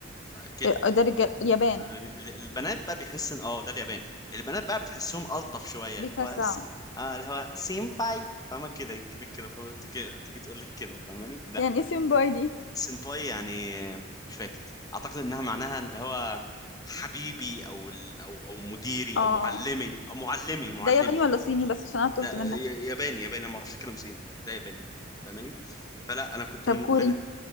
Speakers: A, on the left (about 20°); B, on the left (about 70°).
A: فكده
B: اه، ده رجال اليابان
A: ال- البنات بقى بيحس ان اه ده اليابان البنات بقى بتحسهم ألطف شوية
B: بيتوسعوا
A: اللي هو س- آه اللي هو سينباي فاهمة كده كده كده فاهمة؟ تيجي تيجي تقول لك كده فاهماني لا
B: يعني اسم باي دي
A: سيمباي يعني مش فاكر اعتقد انها معناها اللي هو حبيبي او ال... او او مديري
B: اه
A: او معلمي او معلمي معلمي
B: ده ياباني ولا صيني بس عشان انا تهت
A: ده
B: منك
A: ي- ياباني ياباني ما اعرفش اتكلم صيني ده ياباني فاهماني فلا انا كنت
B: طب
A: من
B: كوري
A: من